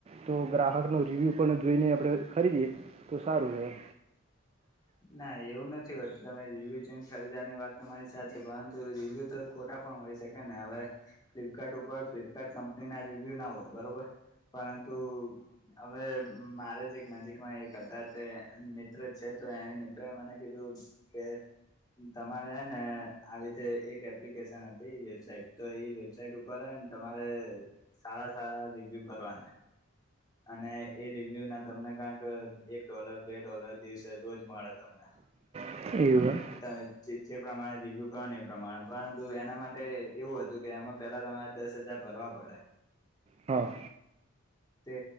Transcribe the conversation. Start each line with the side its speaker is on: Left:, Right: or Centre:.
Right: તો ગ્રાહક ન રિવ્યુ પણ જોઈને આપણે ખરીદીએ. તો સારું એમ
Left: <unintelligible> ના એવું નથી હોતું, તમે રિવ્યુ ચેન્જ કરી દેવાની વાત તમારી સાચી, પરંતુ રિવ્યુ તો ખોટા પણ હોય શકે ને હવે, ફ્લિપકાર્ટ ઉપર ફ્લિપકાર્ટ કંપની ના રિવ્યુ ના હોય બરોબર! પરંતુ, હવે, મારે જ એક નજીકમાં એક હતા તે, મિત્ર જ છે. તો એ મિત્રો એ મને કીધું, કે, તમારે હેને આવીતે એક એપ્લિકેશન હતી વેબસાાઈટ, તો ઇ વેબસાાઈટ ઉપરે તમારે સારા સારા રિવ્યુ કરવાના અને, એ રિવ્યુ ના તમને કાંક, એક ડોલર બે ડોલર દિવસે રોજ મળે તમને.
Right: એમ એવું એમ
Left: તમે જૈ જે પ્રમાણે રિવ્યૂ કરો ને એ પ્રમાણે, પરંતુ એના માટે, એવું હતું કે એમાં પહેલાં તમાર દસ હજાર ભરવા પડે. <unintelligible>
Right: હા.
Left: તે,